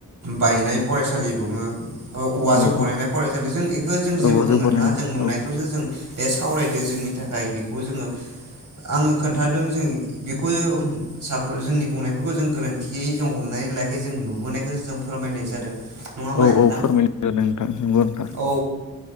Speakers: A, on the right; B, on the left.
A: बायनाय फरायसालि दङो। औ औवाजों
B: औ
A: बनायनाय
B: औ
A: फरायसालि जों एखो जों
B: औ
A: जेबो
B: जौ
A: बुंनो
B: बानायनाय
A: थाङा जों नुनायखौसो
B: औ
A: जों बे सावरायदों जोंनि थाखाय बेखौ जोङो आङो खोन खोनथादों जों बेखौ साफोर जोंनि बुंनायफोरखौ जों गोरोन्थियै जों हमनानै लायाखै जों नुबोनायखौ जों फोरमायनाय जादों। नङा होमबा
B: औ
A: नोंथां
B: औ फोरमायनोदों नोंथां नंगौ नोंथां।
A: औ